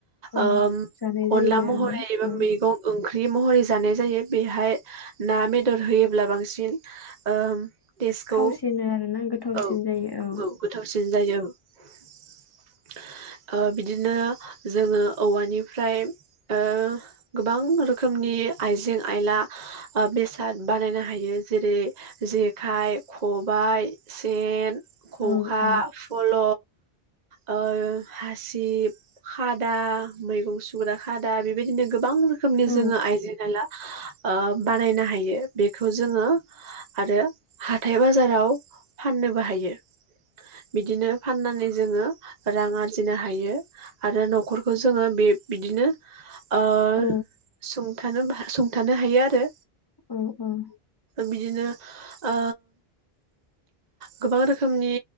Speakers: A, on the left; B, on the right.
A: औ
B: ओम
A: जानाय जायो
B: अनला
A: आरोना
B: महरै एबा
A: औ
B: मैगं ओंख्रि ख्रि महरै जानाय जायो बेहाय ना बेदर होयोब्ला बांसिन ओम तेसखौ
A: थावसिनो आरोना गोथावसिन
B: औ
A: जायो
B: औ गोथावसिन जायो औ। <inaudible> ओ बिदिनो जोङो औवानिफ्राय ओ गोबां रोखोमनि आइजें-आइला ओ बेसाद बानायनो हायो जेरै जेखाइ खबाय सेन खखा
A: औ औ
B: फल' <inaudible> ओ हासिब खादा मैगं सुग्रा खादा बेबायदिनो गोबां रोखोमनि
A: औ
B: जोङो आइजें आइला गो ओ बानायनो हायो बेखौ जोङो आरो हाथाय बाजाराव फाननोबो हायो बिदिनो फाननानै जोङो रां आरजिनो हायो आरो न'खरखौ जोङो बे बिदिनो ओ
A: औ
B: सुंथानो सुंथानो हायो आरो
A: औ औ
B: बिदिनो ओ गोबां रोखोमनि